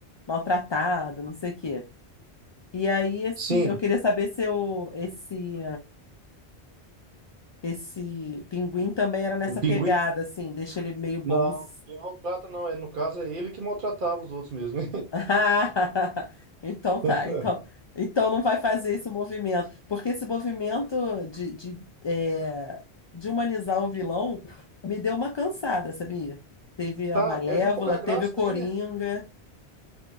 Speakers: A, on the left; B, on the right.
A: maltratado, não sei o quê. E aí, esse,
B: Sim,
A: eu queria saber se eu, esse, esse pinguim também era nessa
B: o Pinguim?
A: pegada, assim, deixa ele meio bons.
B: Não, quem maltrata não, é, no caso é ele que maltratava os outros mesmo.
A: Ah, <laughs> Então tá,
B: <laughs>
A: então, então não vai fazer esse movimento, porque esse movimento de, de, é, de humanizar o vilão me deu uma cansada, sabia? Teve a
B: Ah,
A: Malévola,
B: perde um pouco a graça
A: teve o Coringa,
B: daí, né?